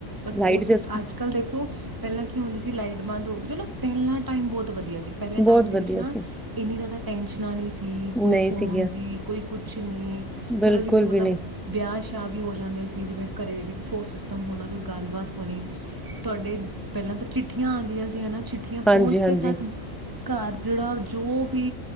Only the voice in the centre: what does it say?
ਲਾਈਟ
ਚ
ਬਹੁਤ
ਵਧੀਆ
ਸੀ
ਨਹੀਂ
ਸੀਗੀਆਂ
ਬਿਲਕੁਲ
ਵੀ ਨਹੀਂ
ਹਾਂਜੀ
ਹਾਂਜੀ